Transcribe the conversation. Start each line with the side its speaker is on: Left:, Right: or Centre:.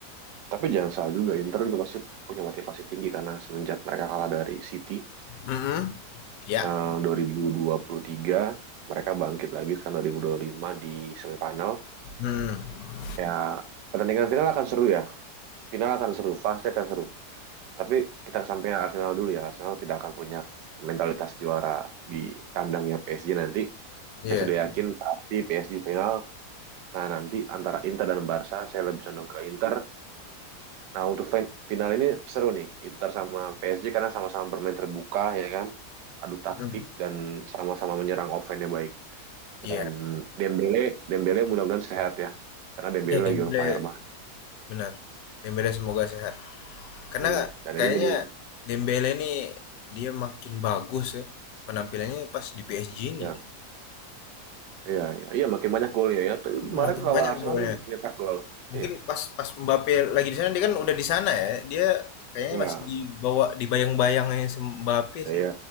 Right: tapi jangan salah juga Inter juga pasti punya motivasi tinggi karena semenjak mereka kalah dari City
Left: Mm-mm. Ya.
Right: yang 2023 mereka bangkit lagi kan 2025 di semifinal
Left: Hmm.
Right: Ya, pertandingan final akan seru ya. Final akan seru, pasti akan seru. Tapi kita kesampingkan Arsenal dulu ya. Arsenal tidak akan punya mentalitas juara di kandangnya PSG nanti.
Left: Iya.
Right: Saya sudah yakin pasti PSG final. Nah, nanti antara Inter dan Barca, saya lebih condong ke Inter. Nah, untuk final ini seru nih. Inter sama PSG karena sama-sama bermain terbuka, ya kan? Adu taktik
Left: Hmm.
Right: dan sama-sama menyerang offense-nya baik.
Left: Iya.
Right: Dan Dembele, Dembele mudah-mudahan sehat ya. Karena Dembele
Left: Ya Dembele
Right: lagi on fire banget.
Left: benar. Dembele semoga sehat. Karena
Right: Hmm, Dan
Left: kayaknya
Right: ini jadi,
Left: Dembele nih dia makin bagus ya penampilannya pas di PSG ini.
Right: ya Iya, iya, iya makin banyak golnya ya. Tuh,
Left: Hmm,
Right: Kemarin
Left: Makin
Right: lawan
Left: banyak
Right: Arsenal
Left: golnya.
Right: dia nyetak gol.
Left: Mungkin
Right: Iya,
Left: pas pas Mbappe lagi di sana dia kan udah di sana ya. Dia kayaknya
Right: iya,
Left: masih dibawa dibayang-bayangnya sem- Mbappe
Right: iya,
Left: sih.